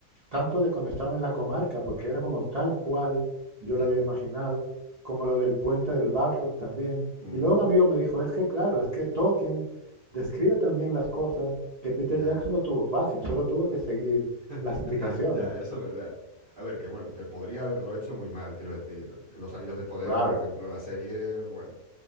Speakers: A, on the right; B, on the right.
A: tanto de cuando estaba en la comarca, porque era como tal cual yo
B: Ya.
A: lo había imaginado, como lo del puente del Balrog también.
B: mm,
A: Y luego un amigo me dijo, es que claro, es que Tolkien describe también las cosas que Peter
B: Ya.
A: Jackson no tuvo fácil, solo tuvo que seguir
B: <laughs>
A: las indicaciones.
B: Ya, eso es verdad. A ver, que bueno, que podría haberlo hecho muy mal, quiero decir. Los Anillos de Poder,
A: Claro,
B: por ejemplo, la serie, bueno,